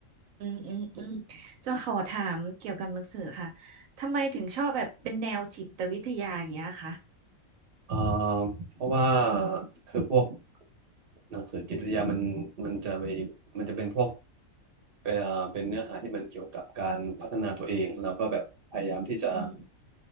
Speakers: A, on the right; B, on the right.
A: อืมอืมอืมจะขอถามเกี่ยวกับหนังสือค่ะทำไมถึงชอบแบบเป็นแนวจิตวิทยาอย่างเงี้ยคะ
B: เอ่อเพราะว่าคือพวกหนังสือจิตวิทยามันมันจะไปมันจะเป็นพวกเอ่อเป็นเนื้อหาที่มันเกี่ยวกับการพัฒนาตัวเองเราก็แบบพยายามที่จะ
A: อืม